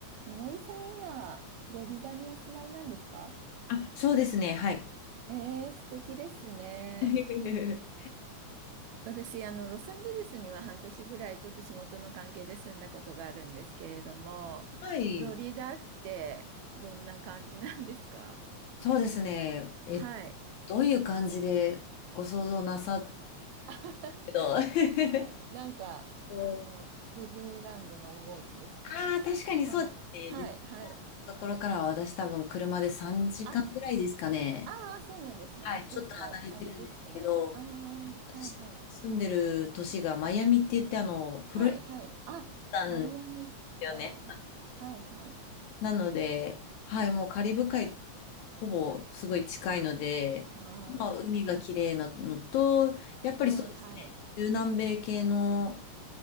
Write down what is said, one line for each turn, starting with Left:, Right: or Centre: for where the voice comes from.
Right: みのりさん、今、フロリダにお住まいなんですか
Left: あ、そうですね。はい。
Right: えー、素敵ですね。
Left: <laughs>
Right: 私、あの、ロサンゼルスには半年ぐらいちょっと仕事の関係で住んだことがあるんですけれども、
Left: はい。
Right: フロリダってどんな感じなんですか
Left: そうですね。え、
Right: はい。
Left: どういう感じでご想像なさっ
Right: <laughs>
Left: てど <laughs>
Right: はい。なんか、
Left: お
Right: あの、ディズニーランドのイメージです。
Left: ああ、確かにそうですね。
Right: あ、はい、
Left: で、
Right: はい。
Left: ところからは私多分車で3時間ぐらいですかね。
Right: あ、ああ、そうなんですね。
Left: はい、
Right: あ、結構、
Left: ちょっと離れてるんですけど、
Right: あれですね。ああ、
Left: 私が住んでる都市がマイアミって言ってあの、
Right: はい、はい。
Left: フロリ
Right: はい、はい。あ、
Left: ダなんで
Right: マイアミは、
Left: すよね。
Right: はい、はい。
Left: なので、はい、もうカリブ海、ほぼすごい近いので、
Right: あ
Left: まあ、海が綺麗なのと、やっぱりそうですね、
Right: あ、はい、はい。
Left: 中南米系の